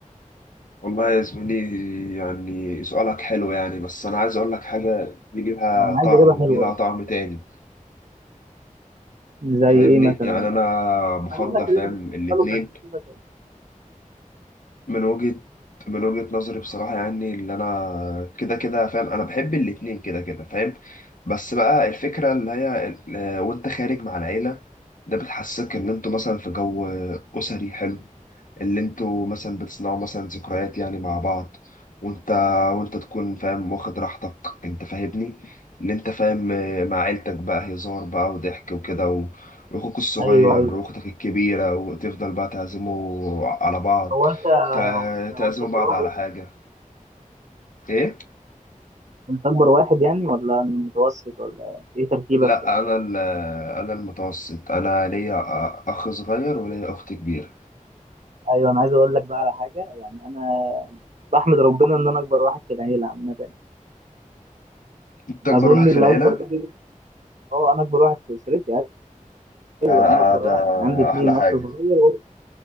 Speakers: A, on the left; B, on the right.
A: والله يا زميلي يعني سؤالك حلو يعني بس أنا عايز أقول لك حاجة دي ليها
B: هو انا عايز
A: طعم
B: اجابه
A: ودي
B: حلوه
A: لها طعم تاني
B: زي
A: فاهمني
B: ايه مثلا
A: يعني أنا
B: يعني
A: بفضل
B: انا بقول لك
A: فاهم
B: اللي انت بتفضله
A: الاتنين
B: كشخصيتك يعني.
A: من وجهة من وجهة نظري بصراحة يعني اللي أنا كده كده فاهم أنا بحب الاتنين كده كده فاهم بس بقى الفكرة اللي هي ال- وأنت خارج مع العيلة ده بتحسسك إن أنتوا مثلا في جو أسري حلو اللي انتوا مثلا بتصنعوا مثلا ذكريات يعني مع بعض وانت وانت تكون فاهم واخد راحتك انت فاهمني اللي انت فاهم آه، مع عيلتك بقى هزار بقى وضحك وكده و... واخوك الصغير
B: ايوه ايوه
A: واختك الكبيرة وتفضل بقى تعزموا على بعض
B: هو انت هو
A: تع-
B: انت
A: تعزموا
B: هو انت اكبر
A: بعض
B: واحد
A: على حاجة ايه
B: انت اكبر واحد يعني ولا متوسط ولا ايه ترتيبك
A: لا
B: في دي؟
A: انا ال- انا المتوسط انا ليا اخ صغير وليا اخت كبيرة
B: ايوه انا عايز اقول لك بقى على حاجه يعني انا بحمد ربنا ان انا اكبر واحد في العيله عامه
A: انت اكبر
B: اظن
A: واحد في
B: اللي
A: العيلة
B: اكبر ده بيبقى- اه انا اكبر واحد في اسرتي ايوه
A: ده
B: انا اكبر
A: ده
B: واحد عندي اتنين
A: احلى حاجة
B: اخ صغير